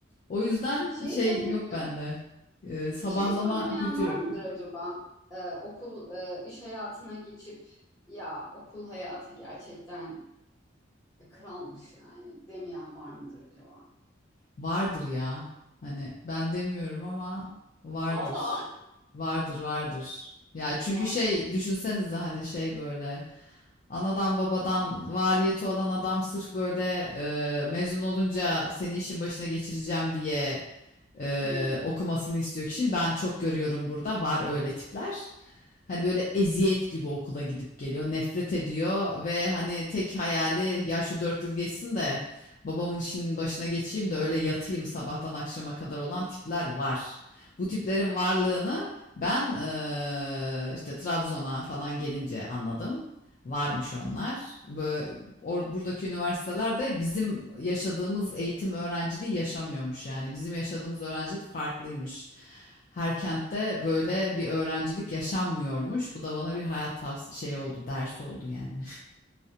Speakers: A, on the left; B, on the left.
A: O yüzden
B: Şeyi
A: şey
B: söyle,
A: yok
B: evet.
A: bende. Ee, sabahlama
B: Şeyi söylemeyen
A: kültürü
B: var
A: yok.
B: mıdır acaba? E, okul e, iş hayatına geçip ya okul hayatı gerçekten e, kralmış yani demeyen var mıdır acaba?
A: Vardır ya. Hani ben demiyorum ama vardır.
B: Valla
A: Vardır, vardır. Ya çünkü
B: <laughs> var
A: şey
B: mı?
A: düşünsenize hani şey böyle anadan babadan variyeti olan adam sırf böyle e, mezun olunca seni işin başına geçireceğim diye e,
B: Hmm.
A: okumasını istiyor kişinin. Ben çok görüyorum burada var öyle tipler. Hani böyle eziyet gibi okula gidip geliyor, nefret ediyor ve hani tek hayali ya şu dört yıl geçsin de Babamın işinin başına geçeyim de öyle yatayım sabahtan akşama kadar olan tipler var. Bu tiplerin varlığını ben eee, işte Trabzon'a falan gelince anladım. Varmış onlar. Bö- or- buradaki üniversitelerde bizim yaşadığımız eğitim öğrenciliği yaşamıyormuş yani. Bizim yaşadığımız öğrencilik farklıymış. Her kentte böyle bir öğrencilik yaşanmıyormuş. Bu da bana bir hayat tavsiye şey oldu, ders oldu yani.